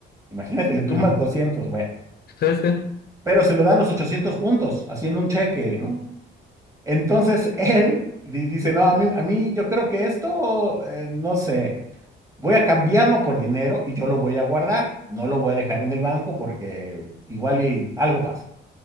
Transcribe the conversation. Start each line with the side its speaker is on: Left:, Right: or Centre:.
Right: Imagínate, le tumban
Left: mm.
Right: doscientos güey.
Left: Sí, sí,
Right: pero se le dan los 800 juntos, así en un cheque, ¿no? Entonces <laughs> él di- dice, no, a mí, a mí yo creo que esto, eh, no sé, voy a cambiarlo por dinero y yo lo voy a guardar, no lo voy a dejar en el banco porque igual y algo pasa.